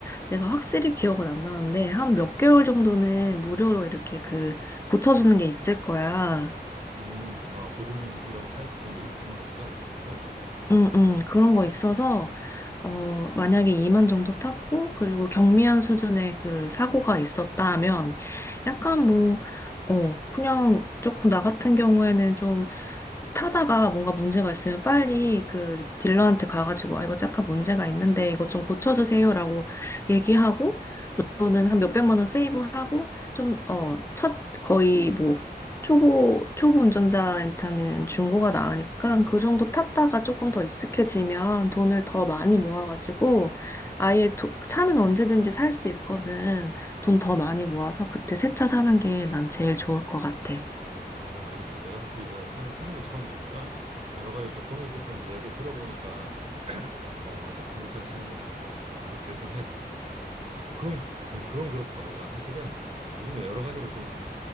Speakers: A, on the left; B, on the right.
A: 내가 확실히 기억은 안 나는데, 한 몇 개월 정도는 무료로 이렇게 그, 고쳐주는 게 있을 거야.
B: 음, 아마 보증 이런 할 그런 게 있- 있는 거구나 중고차도.
A: 응, 응, 그런 거 있어서, 어, 만약에 2만 정도 탔고, 그리고 경미한 수준의 그 사고가 있었다면, 약간 뭐, 어, 그냥 조금 나 같은 경우에는 좀 타다가 뭔가 문제가 있으면 빨리 그 딜러한테 가가지고, 아, 이거 약간 문제가 있는데, 이거 좀 고쳐주세요라고 얘기하고, 저는 한 몇백만 원 세이브하고 좀, 어, 첫, 거의 뭐, 초보, 초보 운전자한테는 중고가 나으니까 그 정도 탔다가 조금 더 익숙해지면 돈을 더 많이 모아가지고 아예 도- 차는 언제든지 살 수 있거든. 돈 더 많이 모아서 그때 새 차 사는 게 난 제일 좋을 것 같아.
B: 어, 알겠어. 내가 사실 이번에 차를 사는 게 처음이니까 여러 가지 좀 고민이 됐었는데 얘기를 들어보니까 어, 맞아. 중고차를 사는 게 나을 것 같아. 그래서 그렇게 결정을 해야 되겠어. 그건, <laughs> 그건 그렇고 내가 사실은 요즘에 여러 가지로 좀